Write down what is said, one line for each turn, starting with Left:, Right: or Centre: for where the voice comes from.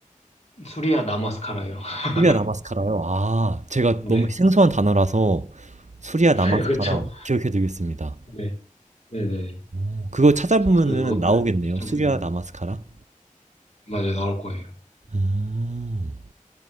Left: 수리아 나마스카라예요. <laughs>
Right: 수리야 나마스카라요. 아, 제가
Left: 네,
Right: 너무 생소한 단어라서 수리야
Left: <laughs>
Right: 나마스카라
Left: 네, 그렇죠.
Right: 기억해 두겠습니다.
Left: 네, 네, 네.
Right: 오, 그거 찾아보면은
Left: 그래서 그거를
Right: 나오겠네요.
Left: 추천드립니다.
Right: 수리야 나마스카라.
Left: 맞아요, 나올 거예요.
Right: 음,